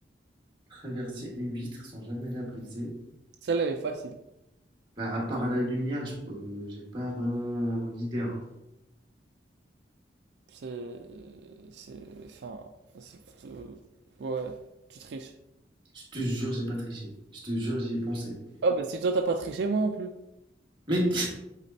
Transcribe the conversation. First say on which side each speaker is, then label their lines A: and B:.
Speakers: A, on the right; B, on the right.
A: Traverser une vitre sans jamais la briser.
B: Celle-là elle est facile.
A: Bah, à part la lumière, je- euh, j'ai pas vraiment d'idée. hein.
B: C'est, c'est, enfin, c'est- euh, ouais, tu triches.
A: Je te jure, j'ai pas triché. Je te jure, j'y ai pensé.
B: Ah bah si toi t'as pas triché, moi non plus.
A: Mec,